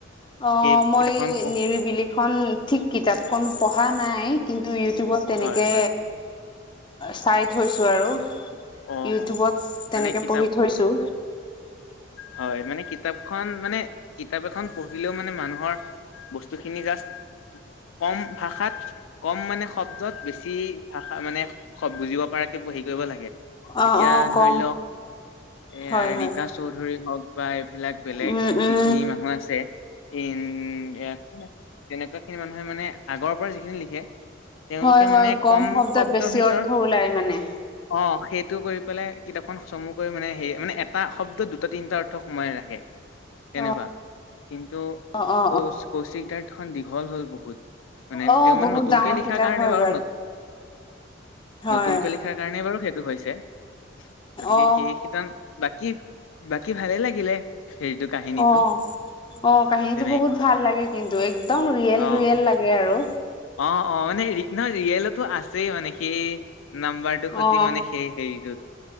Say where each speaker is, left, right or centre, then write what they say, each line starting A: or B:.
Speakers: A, on the left; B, on the left.
A: অ'
B: সেই
A: মই
B: কিতাপখন পঢ়
A: নিৰিবিলিখন ঠিক কিতাপখন পঢ়া নাই কিন্তু ইটিউবত তেনেকে
B: হয় হয়
A: চাই থৈছো আৰু
B: অ
A: ইউটিউবত
B: অ মানে
A: তেনেকে
B: কিতাপ
A: পঢ়ি থৈছো।
B: হয় মানে কিতাপখন মানে কিতাপ এখন পঢ়িলেও মানে মানুহৰ বস্তুখিনি জাষ্ট কম ভাষাত কম মানে শব্দত বেছি ভাষা মানে বুজিব পৰাকে হেৰি কৰিব লাগে।
A: অ
B: এতিয়া
A: অ
B: ধৰি
A: কম
B: লওক। এয়াাৰ
A: হয় হয়
B: ৰীতা চৌধুৰী হওক বা এইবিলাক বেলেগ
A: উম উম
B: যিখিনি মানুহ আছে। উম তেনেকুৱা খিনি মানুহে মানে আগৰ পৰা যিখিনি লিখে। তেওঁলোকে
A: হয় হয়
B: মানে কম
A: শব্দত
B: শব্দৰ
A: বেছি
B: ভিতৰত
A: অৰ্থ ওলাই মানে
B: অ' সেই টো কৰি পেলে কিতাপখন চমু কৰি মানে সেই মানে এটা শব্দত দুটা তিনিটা অৰ্থ সোমাই ৰাখে। তেনেকুৱা
A: অ
B: কিন্তু
A: অ অ
B: কৌশিক-কৌশিকদাৰখন
A: অ
B: দীঘল হ'ল বহুত। মানে
A: অ
B: তেওঁ মানে
A: বহুত
B: নতুনকে
A: ডাঙৰ
B: লিখা
A: কিতাপ
B: কাৰণে
A: হয়
B: বাৰু
A: হয়
B: নতুনকৈ লিখাৰ কাৰণে বাৰু সেইটো হৈছে। গতিকে
A: অ
B: সেই সিমান বাকী। বাকী ভালে লাগিলে হেৰিটো কাহিনীটো
A: অহ। অ' কাহিনীতটো
B: তেনেকুৱা
A: বহুত ভাল লাগে কিন্তু একদম ৰিয়েল,
B: অ'
A: ৰিয়েল লাগে আৰু
B: অ', -অ' মানে নহয় ৰিয়েলতো আছেই মানে সেই নাম্বাৰটোৰ স্মৃতি
A: অ
B: মানে সেই হেৰিটোত